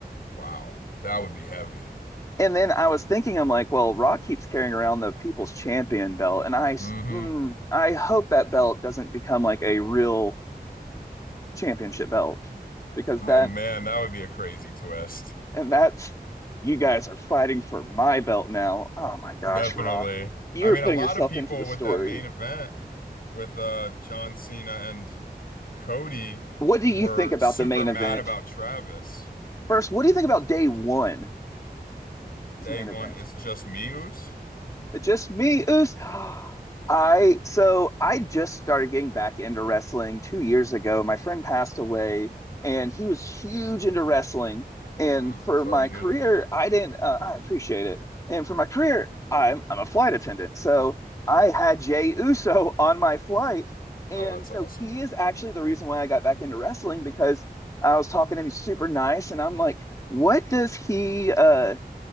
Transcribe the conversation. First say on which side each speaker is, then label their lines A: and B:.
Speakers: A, on the left (about 60°); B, on the left (about 20°).
A: Wow. That would be heavy.
B: And then I was thinking, I'm like, well, Rock keeps carrying around the People's Champion belt, and I,
A: hmm
B: mm, I hope that belt doesn't become like a real championship belt because
A: Oh
B: that,
A: man, that would be a crazy twist.
B: and that's, you guys are fighting for my belt now. Oh my gosh,
A: Definitely.
B: Rock, you're
A: I mean,
B: putting
A: a lot
B: yourself
A: of people
B: into the story.
A: with that main event with uh John Cena and Cody
B: What do you
A: were
B: think about
A: super
B: the main
A: mad
B: event?
A: about Travis.
B: First, what do you think about day one, this
A: Day
B: main
A: one,
B: event?
A: it's just me, Oos.
B: Just me, Oos. <gasps> I so I just started getting back into wrestling two years ago. My friend passed away, and he was huge into wrestling. And
A: Mm,
B: for
A: sorry
B: my
A: to hear
B: career,
A: that.
B: I didn't. Uh, I appreciate it. And for my career, I'm I'm a flight attendant, so I had Jay Uso <laughs> on my flight, and
A: Oh, that's
B: so
A: awesome.
B: he is actually the reason why I got back into wrestling because I was talking to him. He's super nice, and I'm like, what does he? Uh,